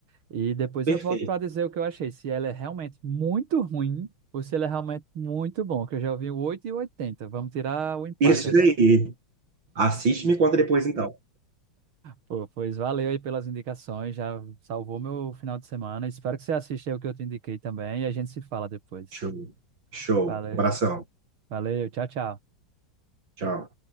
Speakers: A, on the right (about 75°); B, on the right (about 60°).
A: E depois
B: perfeito.
A: eu volto pra dizer o que eu achei: se ele é realmente muito ruim ou se ele é realmente muito bom, que eu já ouvi o 8 e o 80. Vamos tirar o empate
B: Isso
A: agora.
B: aí. Assiste e me conta depois, então.
A: Pô, pois valeu aí pelas indicações, já salvou meu final de semana. Espero que você assista aí o que eu te indiquei também e a gente se fala depois.
B: Show. Show.
A: Valeu,
B: Um abração.
A: valeu, tchau, tchau.
B: Tchau.